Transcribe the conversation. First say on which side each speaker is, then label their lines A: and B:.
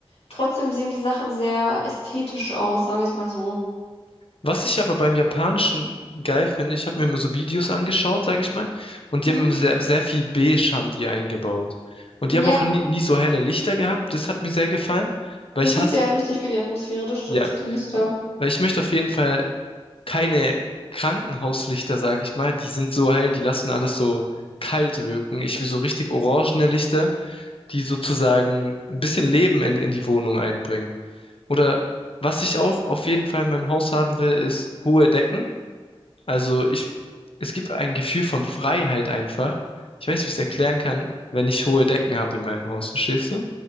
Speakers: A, on the left; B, on the left.
A: trotzdem sehen die Sachen sehr ästhetisch aus, sagen wir es mal so.
B: Was ich aber beim Japanischen geil finde, ich habe mir immer so Videos angeschaut, sage ich mal, und die
A: Hm?
B: haben immer sehr, sehr viel Beige-Handy eingebaut. Und die haben
A: Ja,
B: auch nie, nie so helle Lichter gehabt. Das hat mir sehr gefallen, weil
A: das
B: ich
A: ist
B: hasse,
A: sehr wichtig für die Atmosphäre, das stimmt,
B: ja,
A: die Lichter.
B: weil ich möchte auf jeden Fall keine Krankenhauslichter, sage ich mal. Die sind so hell, die lassen alles so kalt wirken. Ich will so richtig orangene Lichter, die sozusagen ein bisschen Leben in, in die Wohnung einbringen. Oder was ich auch auf jeden Fall in meinem Haus haben will, ist hohe Decken. Also ich, es gibt ein Gefühl von Freiheit einfach. Ich weiß, wie ich es erklären kann, wenn ich hohe Decken habe in meinem Haus, verstehst du?